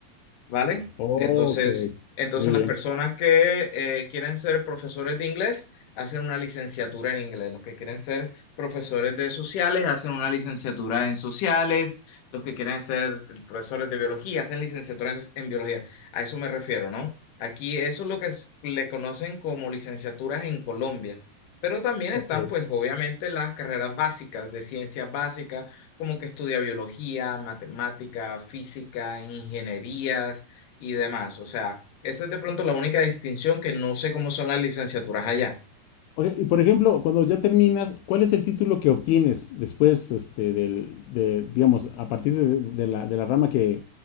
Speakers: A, on the left; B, on the left.
A: ¿vale?
B: Ok,
A: Entonces, entonces
B: muy bien.
A: las personas que eh, quieren ser profesores de inglés hacen una licenciatura en inglés. Los que quieren ser profesores de sociales hacen una licenciatura en sociales. Los que quieren ser profesores de biología hacen licenciatura en, en biología. A eso me refiero, ¿no? Aquí eso es lo que es- le conocen como licenciaturas en Colombia. Pero también están,
B: Ok.
A: pues, obviamente las carreras básicas de ciencias básicas, como que estudia biología, matemática, física, ingenierías y demás. O sea, esa es de pronto la única distinción que no sé cómo son las licenciaturas allá.
B: Ok, y por ejemplo, cuando ya terminas, ¿cuál es el título que obtienes después, este, del, de, digamos, a partir de, de la, de la rama que,